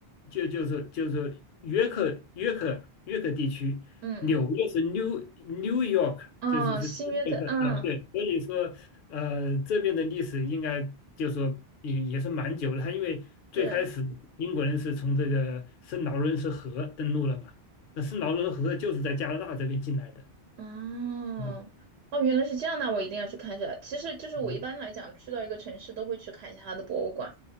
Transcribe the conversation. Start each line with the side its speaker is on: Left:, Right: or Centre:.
Left: 就就是就是约克约克约克地区，
Right: 嗯
Left: 纽约是 New New York，
Right: 哦，
Left: 就是是新约克啊，
Right: 新约克，嗯，
Left: 对，所以说呃这边的历史应该就说也也是蛮久了，他因为最开始英国人是从这个圣劳伦斯河登陆了嘛，
Right: 对。
Left: 那圣劳伦斯河就是在加拿大这边进来的。
Right: 哦，
Left: 啊
Right: 哦，原来是这样，那我一定要去看一下。其实就是我一般来讲，
Left: 啊
Right: 去到一个城市都会去看一下它的博物馆。